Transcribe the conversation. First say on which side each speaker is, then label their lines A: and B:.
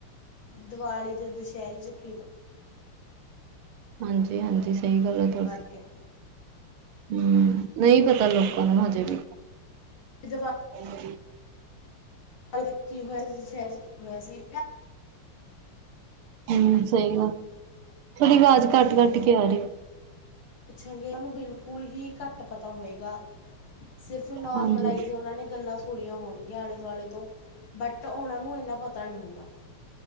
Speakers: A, on the left; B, on the right.
A: ਦਿਵਾਲੀ ਦੇ ਦੁਸਹਿਰੇ ਕੀ
B: ਹਾਂਜੀ, ਹਾਂਜੀ, ਸਹੀ ਗੱਲ ਹੈ। ਤੁਹਾਡੀ
A: ਫਰਕ ਹੈ।
B: ਹੂੰ, ਨਹੀਂ ਪਤਾ ਲੋਕਾਂ ਨੂੰ ਹਜੇ ਵੀ।
A: ਇਹ ਵ <unintelligible>
B: <unintelligible>
A: ਦੇ ਕੀ ਹੋਇਆ ਸੀ ਸ਼ਹਿਰ ਚ ਕੀ ਹੋਇਆ ਸੀ।
B: ਹੂੰ ਸਹੀ ਗੱਲ ਥੋੜੀ ਆਵਾਜ ਕੱਟ-ਕੱਟ ਕੇ ਆ ਰਹੀ ਐ।
A: ਪੁੱਛਾਂਗੇ ਉਹਨ ਨੂੰ ਬਿਲਕੁਲ ਹੀ ਘੱਟ ਪਤਾ ਹੋਏਗਾ। ਸਿਰਫ ਨੋਰਮਲਾਈਜ਼
B: ਹਾਂਜੀ।
A: ਉਹਨਾਂ ਨੇ ਗੱਲਾਂ ਥੋੜੀਆਂ ਹੋਣਗੀਆਂ ਆਲੇ ਦੁਆਲੇ ਤੋਂ ਬਟ ਉਹਨਾਂ ਨੂੰ ਇੰਨਾ ਪਤਾ। ਨਹੀਂ ਹੁੰਦਾ